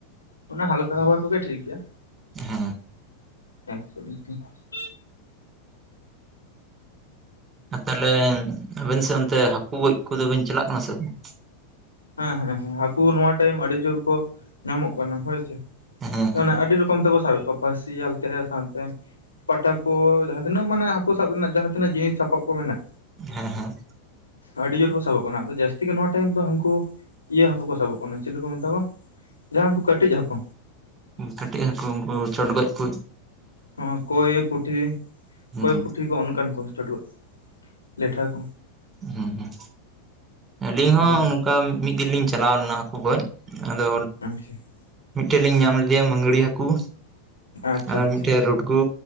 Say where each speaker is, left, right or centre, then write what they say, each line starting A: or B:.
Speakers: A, on the left (about 80°); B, on the right (about 20°).
A: ᱚᱱᱟ ᱦᱟᱞᱠᱟ ᱠᱷᱟᱵᱟᱨ ᱠᱚ ᱜᱮ ᱴᱷᱤᱠ ᱜᱮᱭᱟ
B: ᱦᱮᱸ
A: <unintelligible>
B: ᱟ ᱛᱟᱦᱞᱮ ᱟᱵᱮᱱ ᱥᱮᱫ ᱚᱱᱛᱮ ᱦᱟᱹᱠᱩ ᱜᱚᱡ ᱠᱚᱫᱚ ᱵᱮᱱ ᱪᱟᱞᱟᱜ ᱠᱟᱱᱟ ᱥᱮ ᱵᱟᱝ
A: ᱦᱮᱸ ᱦᱮᱸ ᱦᱮᱸ ᱦᱟᱹᱠᱩ ᱱᱚᱣᱟ ᱴᱟᱭᱤᱢ ᱟᱹᱰᱤ ᱡᱳᱨ ᱠᱚ ᱧᱟᱢᱚᱜ ᱠᱟᱱᱟ ᱦᱳᱭ ᱥᱮ <unintelligible>
B: ᱦᱮᱸ ᱦᱮᱸ
A: ᱟᱹᱰᱤ ᱨᱚᱠᱚᱢ ᱠᱚᱢ ᱛᱮᱠᱚ ᱥᱟᱵᱮᱫ ᱠᱚᱣᱟ ᱯᱟᱹᱥᱤ ᱡᱟᱞ ᱛᱮ ᱥᱟᱶ ᱛᱮᱼᱼ ᱯᱟᱴᱟ ᱠᱚ, ᱡᱟᱦᱟᱸ ᱛᱤᱱᱟᱹᱜ ᱢᱟᱱᱮ ᱦᱟᱹᱠᱳ ᱥᱟᱵ ᱨᱮᱱᱟᱜ ᱡᱟᱦᱟᱸ ᱛᱤᱱᱟᱹᱜ ᱡᱤᱱᱤᱥ ᱥᱟᱯᱟᱵ ᱠᱚ ᱢᱮᱱᱟᱜ
B: ᱦᱮᱸ ᱦᱮᱸ
A: ᱟᱹᱰᱤ ᱡᱳᱨ ᱠᱚ ᱥᱟᱵᱚᱜ ᱠᱟᱱᱟ ᱟᱫᱚ ᱡᱟᱹᱥᱛᱤ ᱜᱮ ᱱᱚᱣᱟ ᱴᱟᱭᱤᱢ ᱫᱚ ᱦᱟᱹᱱᱠᱩ᱾ ᱤᱭᱟᱹ ᱦᱟᱹᱠᱳ ᱠᱚ ᱥᱟᱵᱚᱜ ᱠᱟᱱᱟ, ᱪᱤᱞᱤ ᱠᱚ ᱢᱮᱛᱟ ᱠᱚᱣᱟ ᱡᱟᱦᱟᱸ ᱩᱱᱠᱩ ᱠᱟᱹᱴᱤᱡ ᱦᱟᱹᱠᱳ᱾
B: ᱠᱟᱹᱴᱤᱡ ᱦᱟᱹᱠᱳ, ᱩᱱᱠᱩ ᱪᱚᱰᱜᱚᱡ ᱠᱩᱡᱼᱼ
A: ᱦᱚᱸ ᱠᱳᱭ ᱯᱩᱴᱷᱤ,
B: ᱦᱩᱸ
A: ᱠᱳᱭ ᱯᱩᱴᱷᱤ ᱠᱚ ᱚᱱᱠᱟᱱ ᱠᱚ ᱪᱚᱰᱜᱚᱡ ᱞᱮᱴᱷᱟ ᱠᱚ᱾
B: ᱦᱩᱸ ᱦᱩᱸ ᱟᱹᱞᱤᱧ ᱦᱚᱸ
A: ᱦᱳᱭ ᱦᱳᱭ
B: ᱩᱱ᱾ ᱚᱠᱟ ᱢᱤᱫ ᱫᱤᱱ ᱞᱤᱧ ᱪᱟᱞᱟᱣ ᱞᱮᱱᱟ ᱦᱟᱹᱠᱩ ᱜᱚᱡ, ᱟᱫᱚᱼᱼ
A: <unintelligible>
B: ᱢᱤᱫᱴᱮᱡ ᱞᱤᱧ ᱧᱟᱢ ᱞᱮᱫᱮᱭᱟ ᱢᱟᱹᱜᱽᱲᱤ ᱦᱟᱹᱠᱩ,
A: ᱟᱪᱪᱷᱟ
B: ᱟᱨ
A: ᱟᱪᱪᱷᱟ
B: ᱢᱤᱫᱴᱮᱡ ᱨᱳᱰᱜᱩ